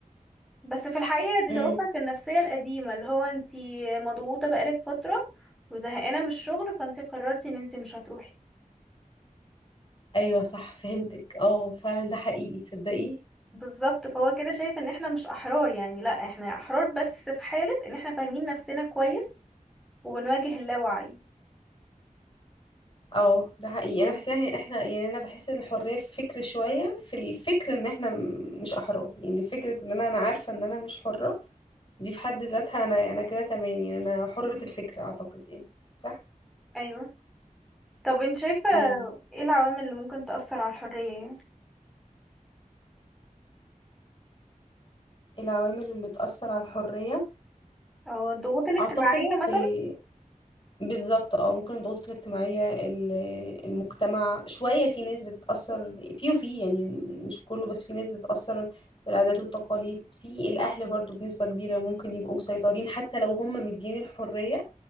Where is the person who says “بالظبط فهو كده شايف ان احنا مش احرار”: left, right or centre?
Centre